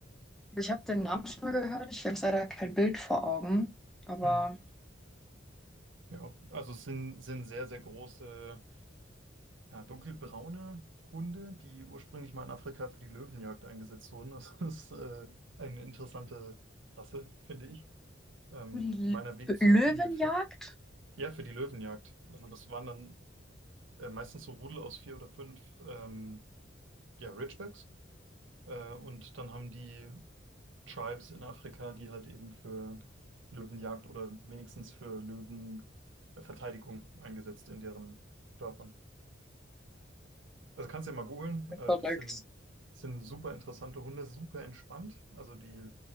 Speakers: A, in the centre; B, on the right.
A: Also, Ich habe den Namen schon mal gehört, ich habe leider kein Bild vor Augen, aber
B: Mhm. Ja, also es sind, sind sehr, sehr große, ja, dunkelbraune Hunde, die ursprünglich mal in Afrika für die Löwenjagd eingesetzt wurden. Also <laughs> Das ist äh, eine interessante Rasse, finde ich. Ähm,
A: die
B: meiner wiegt
A: L
B: so
A: Löwenjagd?
B: ungefähr Ja, für die Löwenjagd. Also das waren dann äh, meistens so Rudel aus vier oder fünf ähm, ja, Ridgebacks. Äh, und dann haben die Tribes in Afrika, die halt eben für Löwenjagd oder wenigstens für Löwenverteidigung eingesetzt in deren Dörfern. Also kannst du ja mal googeln. Äh,
A: Verrückt.
B: das sind, sind super interessante Hunde, super entspannt. Also die,